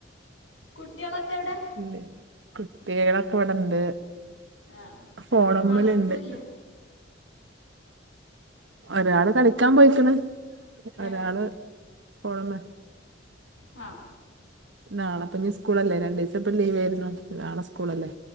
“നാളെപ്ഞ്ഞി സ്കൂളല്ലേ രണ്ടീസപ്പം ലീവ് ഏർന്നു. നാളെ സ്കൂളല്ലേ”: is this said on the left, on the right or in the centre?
Right